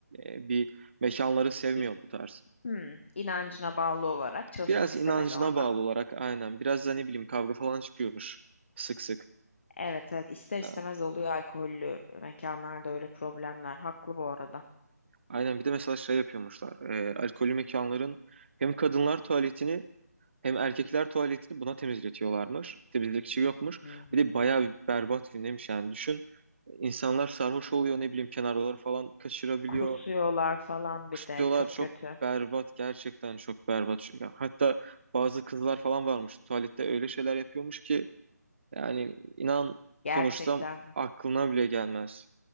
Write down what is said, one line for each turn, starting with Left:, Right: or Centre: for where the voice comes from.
Right: e, bir mekanları sevmiyor
Left: İ-
Right: bu tarz.
Left: hı. İnancına bağlı olarak çalışmak
Right: Biraz
Left: istemedi
Right: inancına
Left: orada.
Right: bağlı olarak aynen. Biraz da ne bileyim kavga falan çıkıyormuş sık sık.
Left: Evet evet ister
Right: Ha,
Left: istemez oluyor alkollü mekanlarda öyle problemler. Haklı bu arada.
Right: Aynen bir de mesela şey yapıyormuşlar. E, alkollü mekanların hem kadınlar tuvaletini Hem erkekler tuvaletini buna temizletiyorlarmış. Temizlikçi yokmuş.
Left: Hmm.
Right: Bir de bayağı bir berbat gündemiş yani. Düşün insanlar sarhoş oluyor ne bileyim kenarları falan kaçırabiliyor.
Left: Kusuyorlar falan
Right: Kusuyorlar
Left: bir de çok
Right: çok
Left: kötü.
Right: berbat gerçekten çok berbat. Ya Hatta bazı kızlar falan varmış tuvalette öyle şeyler yapıyormuş ki yani inan
Left: Gerçekten.
Right: konuşsam aklına bile gelmez.